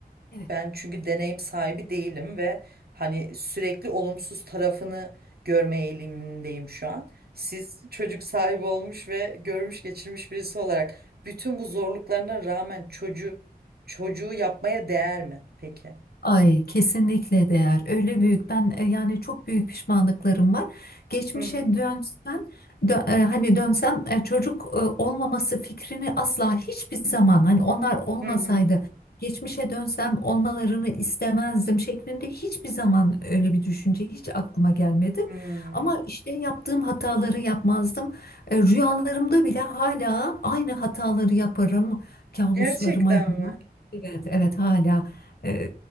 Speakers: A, on the left (about 70°); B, on the right (about 70°).
A: Evet.
B: ben çünkü deneyim sahibi değilim ve hani sürekli olumsuz tarafını görme eğilimindeyim şu an. Siz çocuk sahibi olmuş ve görmüş geçirmiş birisi olarak bütün bu zorluklarına rağmen çocuğu çocuğu yapmaya değer mi peki?
A: Ay kesinlikle değer. Öyle büyük ben e, yani çok büyük pişmanlıklarım var. Geçmişe
B: Hı hı.
A: dönsen dö- e, hani dönsem e, çocuk e, olmaması fikrini asla hiçbir zaman hani onlar olmasaydı
B: Hı hı.
A: geçmişe dönsem olmalarını istemezdim şeklinde hiçbir zaman öyle bir düşünce hiç aklıma gelmedi.
B: Hı.
A: Ama işte yaptığım hataları yapmazdım. E, Rüyalarımda bile hala aynı hataları yaparım. Kabuslarıma
B: Gerçekten
A: girer.
B: mi?
A: Evet evet hala. <laughs>